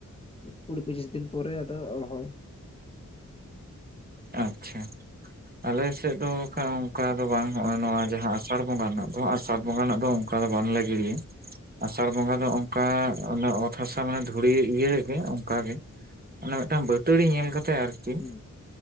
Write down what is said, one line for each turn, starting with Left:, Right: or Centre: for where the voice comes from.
Left: ᱠᱩᱲᱤ ᱯᱚᱪᱤᱥ ᱫᱤᱱ ᱯᱚᱨᱮ ᱟᱫᱚ ᱨᱚᱦᱚᱭ
Right: ᱟᱪᱪᱷᱟ᱾ ᱟᱞᱮ ᱥᱮᱫ ᱫᱚ ᱠᱷᱟᱜ ᱚᱱᱠᱟ ᱫᱚ ᱵᱟᱝ ᱱᱚᱜᱚᱭ ᱱᱚᱣᱟ ᱡᱟᱦᱟᱸ ᱟᱥᱟᱲ ᱵᱚᱸᱜᱟ ᱨᱮᱱᱟᱜ ᱟᱥᱟᱴ ᱵᱚᱸᱜᱟ ᱨᱮᱱᱟᱜ ᱫᱚ ᱚᱱᱠᱟ ᱫᱚ ᱵᱟᱝᱞᱮ ᱜᱤᱲᱤᱭᱟ᱾ ᱟᱥᱟᱲ ᱵᱚᱸᱜᱟ ᱫᱚ ᱚᱱᱠᱟ ᱚᱛ ᱦᱟᱥᱟ ᱢᱟᱱᱮ ᱫᱷᱩᱲᱤ ᱤᱭᱟᱹ ᱨᱮᱜᱮ ᱚᱱᱠᱟ ᱜᱮ᱾ ᱚᱱᱟ ᱢᱤᱫᱴᱟᱝ ᱵᱟᱹᱛᱟᱹᱲᱤ ᱧᱮᱞ ᱠᱟᱛᱮᱜ ᱟᱨᱪᱤ᱾
Left: ᱦᱩᱸ